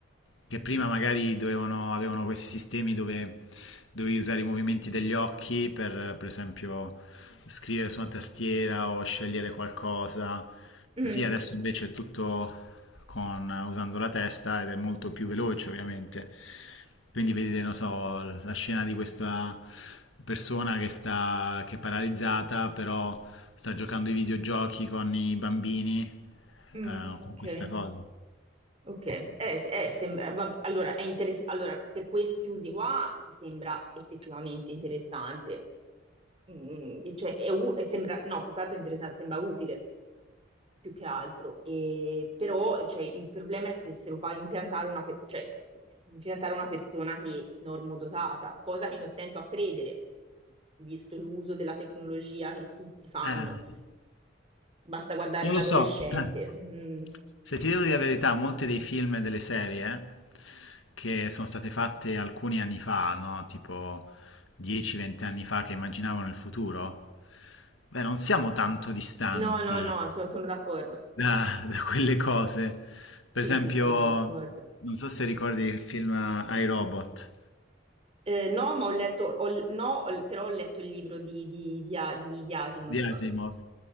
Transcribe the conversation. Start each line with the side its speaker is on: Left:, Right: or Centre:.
Left: che prima magari dovevano, avevano questi sistemi dove dovevi usare i movimenti degli occhi per, per esempio, scrivere su una tastiera o scegliere qualcosa.
Right: mm,
Left: Così adesso invece è tutto con, usando la testa ed è molto più veloce, ovviamente. Quindi vedete, non so, la scena di questa persona che sta, che è paralizzata, però sta giocando ai videogiochi con i bambini,
Right: mm,
Left: eh,
Right: ok.
Left: con questa cosa.
Right: Ok. Eh, se- eh, sembra- eh, vabbè, allora, è interess- allora, per questi usi qua sembra effettivamente interessante. Mm, cioè, è u- sembra, no, più che altro interessante, sembra utile. più che altro. E, però cioè, il problema è se, se lo fa impiantare una, pe- cioè, impiantare una persona che è normodotata, cosa che non stento a credere, visto l'uso della tecnologia che tutti fanno.
Left: Eh,
Right: Basta guardare
Left: Non
Right: un
Left: lo
Right: adolescente.
Left: so, <clears throat>
Right: mm.
Left: se ti devo dire la verità, molti dei film e delle serie che sono state fatte alcuni anni fa, no? Tipo 10-20 anni fa, che immaginavano il futuro, beh, non siamo tanto distanti
Right: No, no, no, so- sono d'accordo.
Left: da, da quelle cose. Per
Right: Sì,
Left: esempio,
Right: sì, sono d'accordo.
Left: non so se ricordi il film eh, I Robot.
Right: Eh, no, ma ho letto, ho- no, ho- però ho letto il libro di, di, di, A- di- di Asimov.
Left: Di Asimov.